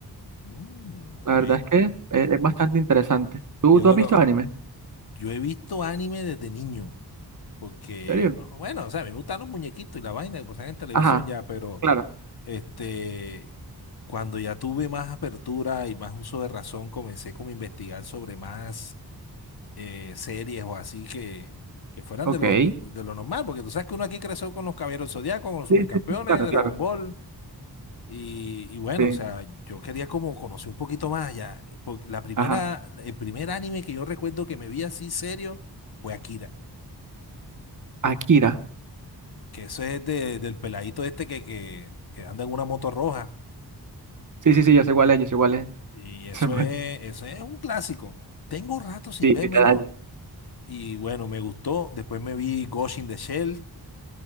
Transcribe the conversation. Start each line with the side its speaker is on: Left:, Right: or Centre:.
Left: Mm, ok.
Right: La verdad es que es, es bastante interesante. ¿Tú,
Left: Yo
Right: tú
Left: no
Right: has visto
Left: lo...
Right: anime? ¿En
Left: Yo he visto anime desde niño, porque,
Right: serio?
Left: bueno, o sea, a mí me gustan los muñequitos y la vaina que pasan en televisión
Right: Ajá,
Left: ya, pero...
Right: claro.
Left: Este, cuando ya tuve más apertura y más uso de razón, comencé como a investigar sobre más eh, series o así que, que fueran
Right: Ok.
Left: de lo,
Right: Sí,
Left: de lo normal, porque tú sabes que uno aquí creció con los Caballeros Zodiacos, con los
Right: sí,
Left: Supercampeones,
Right: sí, claro,
Left: Dragon
Right: claro.
Left: Ball, y, y bueno,
Right: Sí.
Left: o sea, yo quería como conocer un poquito más ya. porque La primera,
Right: Ajá.
Left: el primer anime que yo recuerdo que me vi así serio fue Akira,
Right: Akira.
Left: que eso es de- del peladito este que, que, que anda en una moto roja.
Right: Sí, sí, sí, yo sé cuál es, yo sé cuál es.
Left: Y eso
Right: <laughs>
Left: es, eso es un clásico. Tengo rato sin
Right: Sí,
Left: vérmelo
Right: mitad año.
Left: y bueno, me gustó. Después me vi Ghost in the Shell,